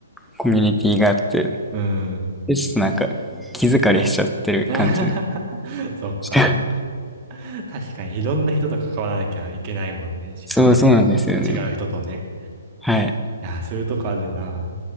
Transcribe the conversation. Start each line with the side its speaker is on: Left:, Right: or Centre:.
Centre: コミュニティがあって、
Right: うーん。
Centre: で、ちょっとなんか気疲れしちゃってる感じで。
Right: <laughs> そっか。
Centre: <laughs>
Right: 確かに、いろんな人と関わらなきゃいけないもんね。しかもなんか、
Centre: そうそうなんですよね。
Right: 違う人とね。
Centre: はい。
Right: いやー、そういうとこあるな。